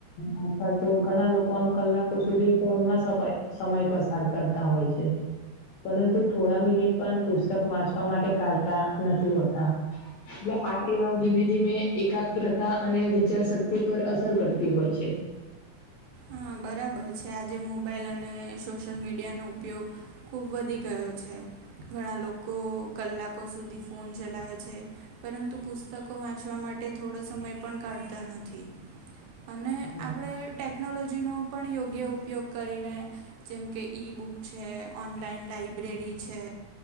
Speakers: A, on the left; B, on the right.
A: આજકાલ તો ઘણા લોકો આમ કલાકો સુધી ફોન માં સપાય સમય પસાર કરતા હોય છે. પરંતુ થોડા મિનિટ પણ પુસ્તક વાંચવા માટે કાઢતા નથી હોતા જો આમ ધીમે-ધીમે એકાગ્ર હતા અને વિચાર શક્ તિ પર અસર કરતી હોય છે.
B: હ બરાબર છે આજે મોબાઈલ અને સોશિયલ મીડિયાનો ઉપયોગ, ખૂબ વધી ગયો છે ઘણા લોકો કલાકો સુધી ફોન ચલાવે છે. પરંતુ પુસ્તકો વાંચવા માટે થોડો સમય પણ કાઢતા નથી. અને
A: હા
B: આપણે ટેકનોલોજીનો પણ યોગ્ય ઉપયોગ કરીને, જેમ કે ઈ બુક છે, ઓનલાઈન લાઇબ્રેરી છે.